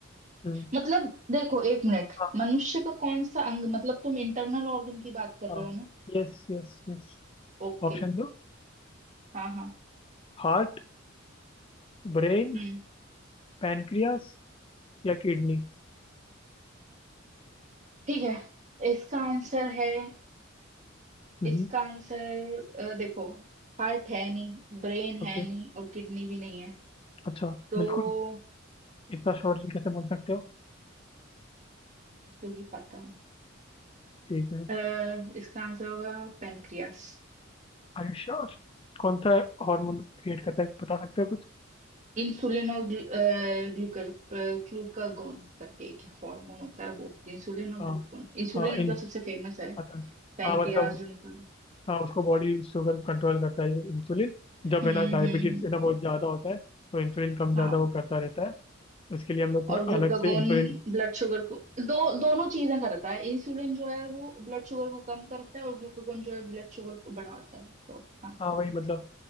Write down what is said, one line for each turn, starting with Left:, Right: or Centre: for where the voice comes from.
Left: हम्म,
Right: मतलब देखो एक मिनट
Left: हाँ
Right: मनुष्य का कौन सा अंग मतलब तुम इंटरनल ऑर्गन की बात कर
Left: हाँ
Right: रहे हो ना
Left: यस यस यस
Right: ओके
Left: ऑप्शन दो
Right: हाँ हाँ
Left: हार्ट ब्रेन
Right: हम्म
Left: पैनक्रियास या किडनी
Right: ठीक है इसका आंसर है
Left: हम्म
Right: इसका आंसर अ, देखो हार्ट है नहीं ब्रेन
Left: ओके
Right: है नहीं और किडनी भी नहीं है
Left: अच्छा
Right: तो
Left: बिल्कुल इतना शोर जी कैसे बोल सकते हो
Right: क्योंकि पता है
Left: ठीक है
Right: अ, इसका आंसर होगा पेनक्रियास
Left: Are you sure कौन सा हार्मोन क्रिएट करता है बता सकते हो कुछ
Right: इंसुलिन और ग्लूकर ग्लूकागोन करके एक हार्मोन होता है वो इंसुलिन और
Left: हाँ
Right: ग्लूकागोन इंसुलिन
Left: हाँ
Right: मतलब
Left: इन
Right: सबसे फेमस है
Left: पता है
Right: पेनक्रियास
Left: हाँ मतलब
Right: जो निकल
Left: हाँ उसको बॉडी शुगर कंट्रोल करता है इंसुलिन
Right: हम्म
Left: जब है ना डायबिटीज
Right: हम्म हम्म,
Left: है ना बहुत ज़्यादा होता है तो इंसुलिन कम ज़्यादा
Right: हाँ
Left: वो करता रहता है उसके लिए हम लोग को
Right: और ग्लूकागोन
Left: अलग से इंसुलिन
Right: ब्लड शुगर को दो दोनों चीजें करता है इंसुलिन जो है वो ब्लड शुगर को कम करता है और ग्लूकागोन जो है ब्लड शुगर को बढ़ाता है तो हाँ
Left: हाँ वही मतलब